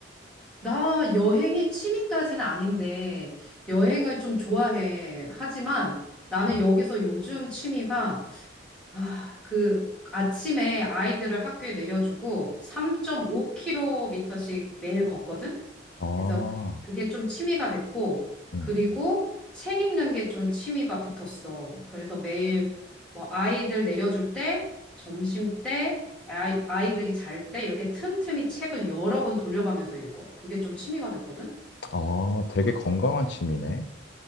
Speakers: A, in the centre; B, on the left (about 60°).
A: 나 여행이 취미까지는 아닌데 여행을 좀 좋아해. 하지만 나는
B: 음.
A: 여기서 요즘 취미가 아, 그 아침에 아이들을 학교에 내려주고 3.5km씩 매일 걷거든?
B: 아,
A: 그래서 그게 좀 취미가 됐고,
B: 음.
A: 그리고 책 읽는 게 좀 취미가 붙었어. 그래서 매일 뭐 아이들 내려줄 때, 점심 때, 아이, 아이들이 잘 때 이렇게 틈틈이 책을 여러 권 돌려가면서 읽어. 그게 좀 취미가 됐거든?
B: 아, 되게 건강한 취미네.